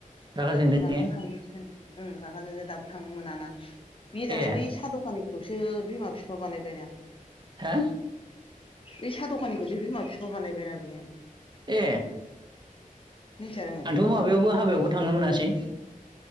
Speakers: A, on the right; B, on the left.
A: रागा जोंदों
B: माब्लाबा
A: ने
B: थांसै उम रागा जोंनाया दाबो थांनो मोनाना बे दालाय
A: ए
B: बै साहा दखानिखौसो बिमा बिफा बानायबायना।
A: हा?
B: बे साहा दखानिखौसो बिमा बिफा बानायबायना बेयो
A: ए
B: मिथिया नोङो
A: आंथ' माबायावबो हाबायावबो थांनो मोनासै